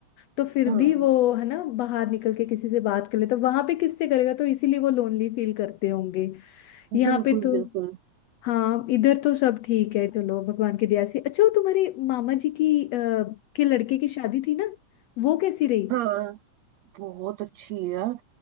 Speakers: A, on the left (about 85°); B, on the right (about 80°).
A: तो फिर
B: हाँ
A: भी वो है ना बाहर निकल के किसी से बात कर लेता वहां पे किससे करेगा तो इसीलिए वो लोनली फील करते होंगे यहाँ
B: बिल्कुल
A: पे तो
B: बिल्कुल
A: हाँ इधर तो सब ठीक है चलो भगवान की दया से अच्छा वो तुम्हारे मामा जी की आ, के लड़के की शादी थी ना वो कैसी रही
B: हाँ बहुत अच्छी है यार